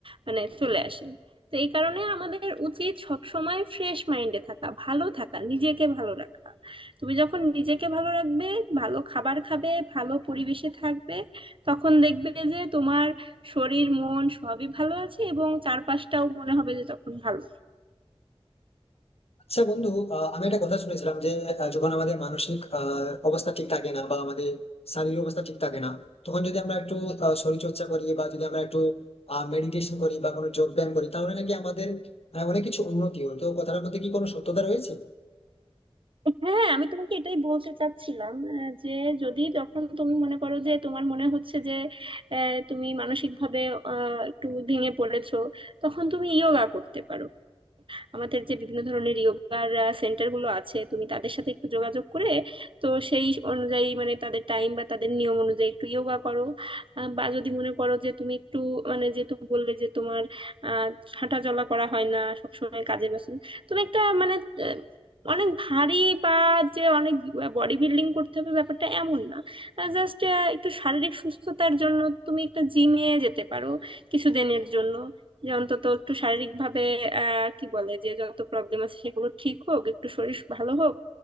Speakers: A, on the right; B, on the left.
A: মানে চলে আসে তো এই কারণে আমাদের উচিত সব সময় ফ্রেশ মাইন্ডে থাকা ভালো থাকা নিজেকে ভালো রাখা তুমি যখন নিজেকে ভালো রাখবে ভালো খাবার খাবে ভালো পরিবেশে থাকবে তখন দেখবে যে তোমার শরীর মন সবই ভালো আছে এবং চারপাশটাও মনে হবে যে তখন ভালো
B: আচ্ছা বন্ধু আহ, আমি একটা কথা শুনেছিলাম যে আহ, যখন আমাদের মানসিক আহ, অবস্থা ঠিক থাকে না বা আমাদের শারীরিক অবস্থা ঠিক থাকে না তখন যদি আমরা একটু আহ, শরীরচর্চা করি বা যদি আমরা একটু মেডিটেশন করি বা কোনো যোগ ব্যায়াম করি তাহলে নাকি আমাদের আহ, অনেক কিছু উন্নতি হয় তো কথাটার মধ্যে কি কোনো সত্যতা রয়েছে
A: হ্যাঁ আমি তোমাকে এটাই বলতে চাচ্ছিলাম আহ, যে যদি তখন তুমি মনে করো যে তোমার মনে হচ্ছে যে আহ, তুমি মানসিকভাবে আহ, একটু ভেঙে পড়েছো তখন তুমি ইয়োগা করতে পারো আমাদের যে বিভিন্ন ধরনের ইয়োগার সেন্টার গুলো আছে তুমি তাদের সাথে একটু যোগাযোগ করে তো সেই অনুযায়ী মানে তাদের টাইম বা তাদের নিয়ম অনুযায়ী একটু ইয়োগা করো আহ, বা যদি মনে করো যে তুমি একটু মানে যেহেতু বললে যে তোমার আহ হাঁটা চলা করা হয় না সবসময় কাজের ব্যস্ত তুমি একটা মানে আহ, অনেক ভারী বা যে অনেক বডি বিল্ডিং করতে হবে ব্যাপারটা এমন না জাস্ট একটু শারীরিক সুস্থতার জন্য তুমি একটা জিমে যেতে পারো কিছুদিনের জন্য যে অন্তত একটু শারীরিক ভাবে আহ কি বলে যে যত প্রবলেম আছে সেগুলো ঠিক হোক একটু শরীর ভালো হোক